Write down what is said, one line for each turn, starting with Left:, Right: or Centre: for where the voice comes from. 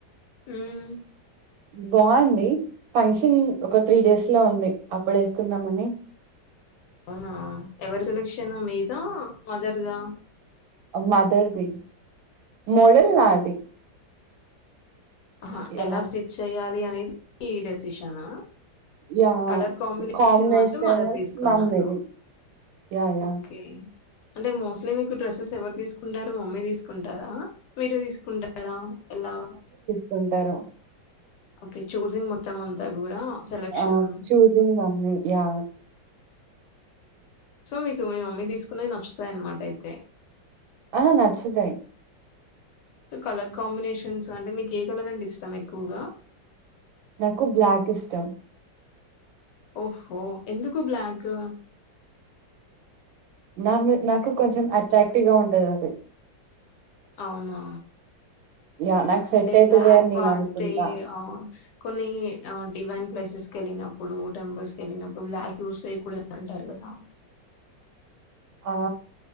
Left: హ్మ్
Right: బాగుంది ఫంక్షన్ ఒక త్రీ డేస్లో ఉంది అప్పుడు వేసుకుందామని
Left: అవునా ఎవరి సెలెక్షన్ మీదా మదర్ దా
Right: మదర్ది మొడల్ నాది
Left: ఆహ
Right: యా
Left: ఎలా స్టిచ్ చెయ్యాలి అనేది డేసిషనా
Right: యా
Left: కలర్ కాంబినేషన్
Right: కాంబినేషన్స్
Left: మాత్రం మదర్ తీసుకున్నారు
Right: మమ్మీది యా యా
Left: ఓకే అంటే మోస్ట్లీ మీకు డ్రెస్సెస్ ఎవరు తీసుకుంటారు మమ్మీ తీసుకుంటారా మీరే తీసుకుంటారా ఎలా
Right: కుంటారు
Left: ఓకే చూసింగ్ మొత్తం అంతా కూడా selection
Right: ఆ choosing mummy yeah
Left: so మీకు మీ మమ్మీ తీసుకున్నవి నచ్చుతాయన్నమాట అయితే
Right: ఆ నచ్చుతాయి
Left: కలర్ కాంబినేషన్స్ అంటే మీకు ఏ కలర్ అంటే ఇష్టం ఎక్కువగా
Right: నాకు బ్లాక్ ఇష్టం
Left: ఓహో ఎందుకు బ్లాక్
Right: మమ్వి నాకి కొంచెం అట్రాక్టివ్గా ఉంటాదది
Left: అవునా
Right: యా నాకు సెట్
Left: అంటే
Right: అయితది
Left: బ్లాక్
Right: అని నేను
Left: వాడ్తే
Right: అనుకుంటా
Left: ఆ కొన్ని డివైన్ ప్లే స్ కేళ్ళినప్పుడు టెంపుల్స్ కేళ్ళినప్పుడు బ్లాక్ యూస్ చేయకూడదు అంటారు కదా <inaudible>
Right: ఆ